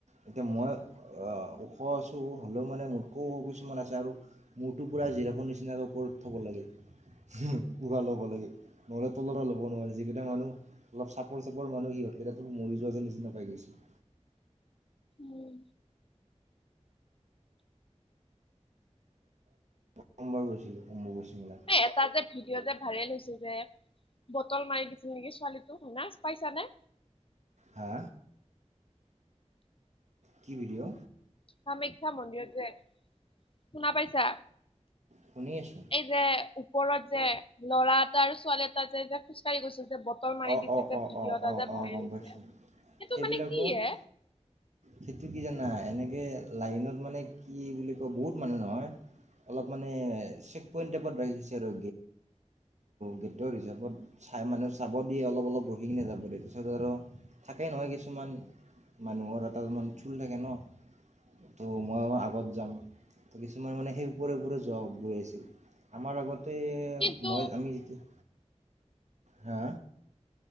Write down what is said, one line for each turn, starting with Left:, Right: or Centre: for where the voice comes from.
Right: এতিয়া মই ওখ আছোঁ হ'লেও মানে মোতকৈও ওখ কিছুমান আছে আৰু মোৰটো পোৰা জিৰাফৰ নিচিনাকৈ ওপৰত থ'ব লাগে। উশাহ ল'ব লাগে নহ'লে তলতে ল'ব নোৱাৰে যিকেইটা মানুহ অলপ চাপৰ চাপৰ মানুহ ইহঁতকেইটা মৰি যোৱা যে নিচিনা পাই গৈছিল।
Left: উম্।
Right: সোমবাৰ গৈছিলোঁ অম্বুবাচী মেলা।
Left: এটা যে ভিডিঅ' যে ভাইৰেল হৈছে যে বটল মাৰি দিছিল নেকি ছোৱালীটোক লাজ পাইছা নে?
Right: হা কি ভিডিঅ'?
Left: কামাখ্যা মন্দিৰত যে, শুনা পাইছা?
Right: শুনি আছোঁ
Left: যে ওপৰত যে ল'ৰা এটা আৰু ছোৱালী এটা যে যে খোজকাঢ়ি গৈছিল যে বটল মাৰি
Right: অঁ
Left: দিছে
Right: অঁ
Left: যে
Right: অঁ
Left: ভিডিঅ'
Right: অঁ
Left: এটা
Right: অঁ
Left: যে
Right: অঁ
Left: ভাইৰেল
Right: গম
Left: হৈছে
Right: পাইছোঁ
Left: সেইটো
Right: সেইবিলাকত
Left: মানে কি এ
Right: সেইটো কি জানা এনেকে লাইনত মানে কি বুলি কয় বহুত মানুহ নহয় অলপ মানে চেক পইণ্ট টাইপত ৰাখিছে আৰু গেট ত' ৰিজেক্ত চাই মানুহ <unintelligible> খাব দিয়ে অলপ অলপ ৰহি কিনে যাব দিয় তাৰিছত আৰু থাকেই নহয় কিছুমান। মানুহৰ এটা মান চুল থাকে ন। ত' মই আগত যাম ত কিছুমান মানে সেই ওপৰে ওপৰে যোৱা গৈ আহিছিল। আমাৰ আগতে
Left: কিন্তু
Right: মই আমি যেতিয়া। হা।